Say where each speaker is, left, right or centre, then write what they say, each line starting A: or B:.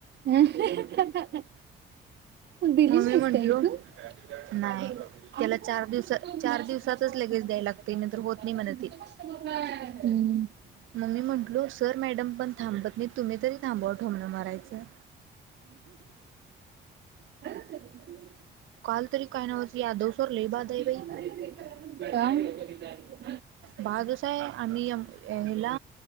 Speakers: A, on the right; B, on the right.
A: हम्, दिली
B: मग
A: नाहीस
B: मी म्हंटलो
A: काय तू
B: नाही
A: <unintelligible>
B: त्याला चार दिवसा चार दिवसातच लगेच द्यायला लागते नंतर होत नाही म्हण ते मग मी म्हटलं सर मॅडम पण काय थांबत नाही तुम्ही तरी थांबवा ठोंबन मारायचं
A: ह
B: काल तरी काय नवच की यादव सर लय
A: काय
B: बाद आहे बाई
A: नाही
B: बादच आहे आणि ह्याला